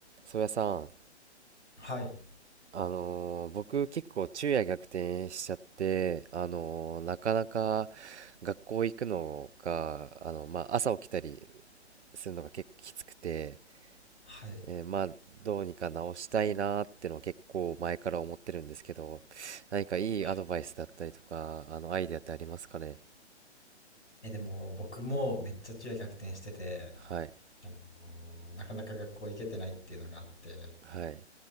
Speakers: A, on the right (about 75°); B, on the left (about 85°).
A: 宗谷さん、
B: はい。
A: あのー僕結構昼夜逆転しちゃって、あのーなかなか学校行くのが、あの、まあ、朝起きたりするのが結構きつくて、
B: はい。
A: えーまあ、どうにか直したいなーってのは結構前から思ってるんですけど、何かいいアドバイスだったりとか、
B: はい。
A: あの、アイデアってありますかね
B: え、でも僕もめっちゃ昼夜逆転してて、
A: はい。
B: あのーなかなか学校行けてないっていうのがあって、
A: はい。